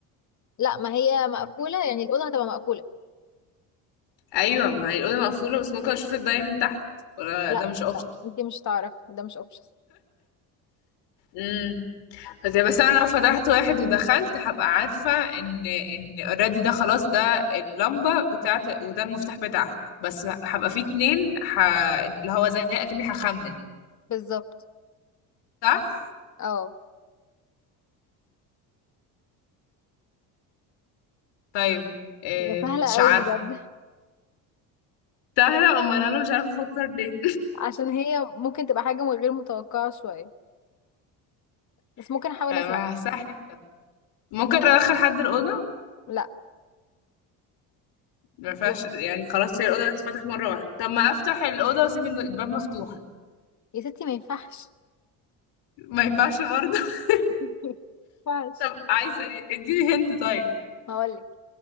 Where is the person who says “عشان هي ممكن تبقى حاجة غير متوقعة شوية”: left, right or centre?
Left